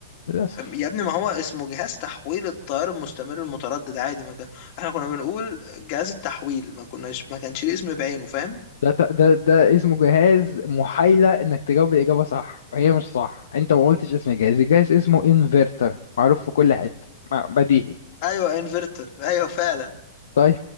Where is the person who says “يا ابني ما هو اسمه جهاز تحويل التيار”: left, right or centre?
Left